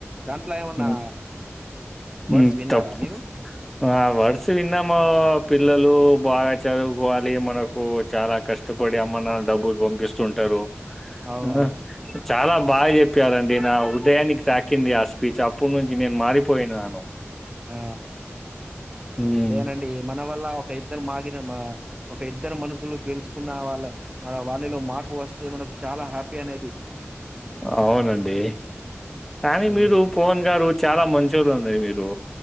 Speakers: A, on the right (about 20°); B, in the centre.
A: దాంట్లో ఏమన్నా
B: హ్మ్ హ్మ్
A: వర్డ్స్ విన్నారా
B: తప్పు
A: మీరు
B: ఆ వర్డ్స్ విన్నాము పిల్లలు బాగా చదువుకోవాలి మనకు చాలా కష్టపడి అమ్మనాన్న డబ్బులు పంపిస్తుంటారు
A: అవునవును
B: ఆ చాలా బాగా చెప్పారండి నా హృదయానికి తాకింది ఆ స్పీచ్ అప్పటి నుంచి నేను మారిపోయినాను
A: ఆ!
B: హ్మ్
A: అదేనండి మన వల్ల ఒక ఇద్దరు మారిన ఒక ఇద్దరు మనుషులు గెలుచుకున్న వాళ్ళ వా వాళ్ళలో మార్పు వస్తే మనకు చాలా హ్యాపీ అనేది
B: అవునండి కానీ
A: హ్మ్.
B: మీరు పవన్ గారు వ చాలా మంచోరండి మీరు